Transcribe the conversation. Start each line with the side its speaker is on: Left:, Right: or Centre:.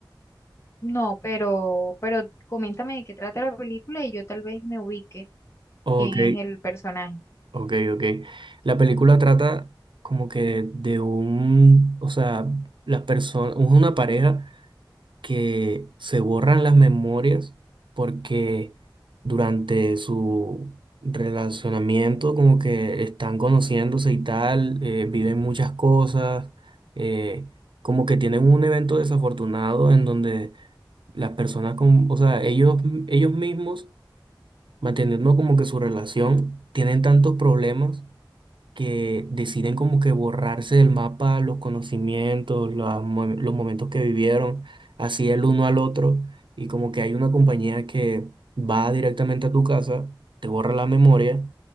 Left: No, pero, pero coméntame de qué trata la película y yo tal vez me ubique
Right: Ok,
Left: quién es el personaje.
Right: ok, ok. La película trata como que de un, o sea, las personas, una pareja que se borran las memorias porque durante su relacionamiento como que están conociéndose y tal, eh, viven muchas cosas, eh, como que tienen un evento desafortunado en donde las personas, con, o sea, ellos, ellos mismos, manteniendo como que su relación, tienen tantos problemas que deciden como que borrarse del mapa los conocimientos, las mo- los momentos que vivieron, así el uno al otro, y como que hay una compañía que va directamente a tu casa, te borra la memoria,